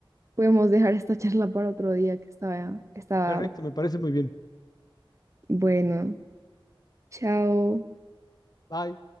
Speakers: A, on the right (about 35°); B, on the left (about 45°).
A: podemos dejar esta charla para otro día que estaba, estaba
B: Perfecto, me parece muy bien.
A: bueno. Chao.
B: Bye.